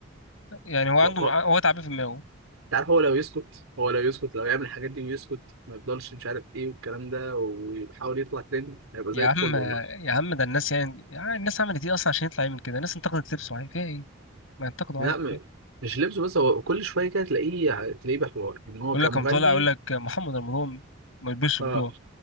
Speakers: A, on the left (about 75°); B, on the right (about 80°).
A: يعني هو عنده
B: الكلام
A: هو تعبان في دماغه
B: عارف هو لو يسكت هو لو يسكت لو يعمل الحاجات دي ويسكت ما يفضلش مش عارف ايه والكلام ده ويحاول يطلع ترند هيبقى
A: يا
B: زي
A: عم
B: الفل والله
A: يا عم ده الناس يعني, يعني الناس عملت ايه اصلا عشان يطلع يعمل كده الناس انتقدت لبسه عادي فيها ايه ما ينتقدوا
B: لا
A: عادي
B: م...
A: فيها.
B: مش لبسه بس هو كل شويه كده تلاقيه تلاقيه بحوار ان هو
A: يقول
B: كمغني
A: لك قام طالع يقول لك محمد رمضان ما يلبسش برو
B: اه